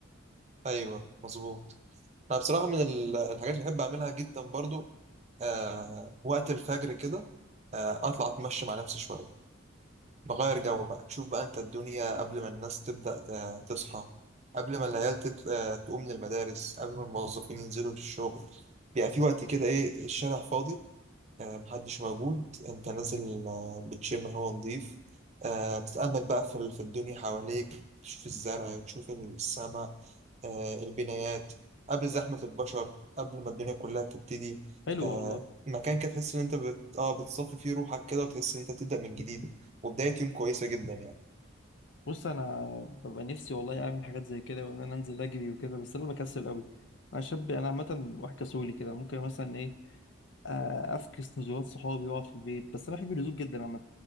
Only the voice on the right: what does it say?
أيوه مظبوط أنا بصراحة من ال- الحاجات اللي بحب أعملها جدا برضو آه وقت الفجر كده آه أطلع أتمشى مع نفسي شوية بغير جو بقى تشوف بقى أنت الدنيا قبل ما الناس تبدأ ت- تصحى قبل ما العيال تت... آه، تقوم للمدارس قبل ما الموظفين ينزلوا للشغل بيبقى في وقت كده إيه الشارع فاضي آه، محدش موجود انت نازل آه، بتشم هوا نضيف آه، بتتأمل بقى في ال- في الدنيا حواليك تشوف الزرع تشوف السماء آه، البنايات قبل زحمة البشر قبل ما الدنيا كلها تبتدي
آه،
مكان كده تحس ان انت بت... اه بتصفي فيه روحك كده وتحس ان انت بتبدأ من جديد وبداية يوم كويسة جدا يعني